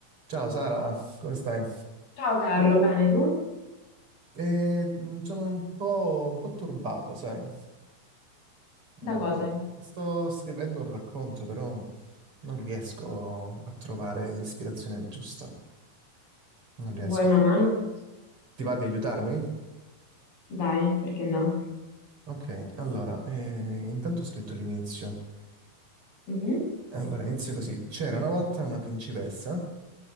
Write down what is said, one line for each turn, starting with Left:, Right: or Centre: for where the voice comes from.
Right: Ciao Sara, come stai?
Left: Ciao Carlo, bene tu?
Right: Eh, mh, sono un po', un po' turbato, sai? Eh,
Left: Da cosa?
Right: sto scrivendo un racconto, però non riesco a trovare l'ispirazione giusta. Non riesco.
Left: Vuoi una mano?
Right: Ti va di aiutarmi?
Left: Dai, perché no?
Right: Ok, allora, eh, intanto ho scritto l'inizio.
Left: Mhm,
Right: Allora, inizio così. C'era una volta una principessa